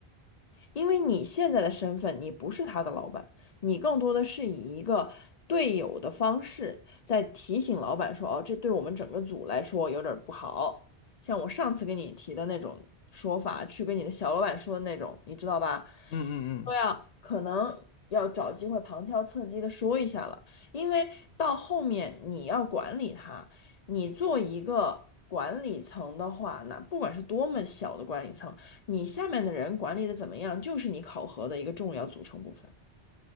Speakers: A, on the left; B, on the left.
A: 因为你现在的身份，你不是他的老板，你更多的是以一个队友的方式在提醒老板说：“哦，这对我们整个组来说有点儿不好。”像我上次跟你提的那种说法，去跟你的小老板说的那种，你知道吧？
B: 嗯嗯嗯。
A: 说呀，可能要找机会旁敲侧击的说一下了，因为到后面你要管理它，你做一个管理层的话，那不管是多么小的管理层，你下面的人管理的怎么样，就是你考核的一个重要组成部分。